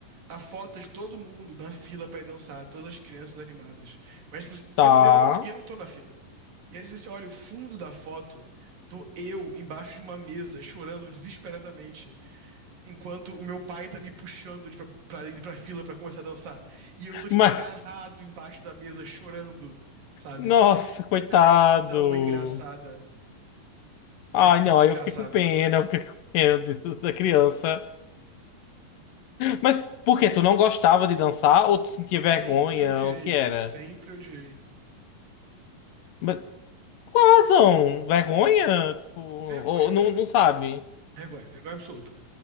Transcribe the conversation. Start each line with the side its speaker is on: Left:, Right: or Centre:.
Right: A foto é de todo mundo na fila pra ir dançar, todas as crianças animadas. Mas tipo assim,
Left: Tá.
Right: eu não, eu não, eu não tô na fila. E aí você olha o fundo da foto, tô eu embaixo de uma mesa, chorando desesperadamente, enquanto o meu pai tá me puxando de pra, pra ir pra fila pra começar a dançar. E eu tô, tipo,
Left: Mas.
Right: agarrado embaixo da mesa, chorando, sabe?
Left: Nossa, coitado.
Right: Cara, é tão engraçada.
Left: Ai,
Right: É tão
Left: não,
Right: engraçada.
Left: aí eu fiquei com pena, eu fiquei com pena disso, da criança. Mas por quê? Tu não gostava de dançar ou tu sentia
Right: Sempre
Left: vergonha?
Right: odiei,
Left: O que era?
Right: sempre odiei.
Left: Mas qual a razão? Vergonha? Tipo, ou
Right: Vergonha,
Left: não,
Right: cara.
Left: não sabe?
Right: Vergonha, vergonha absoluta.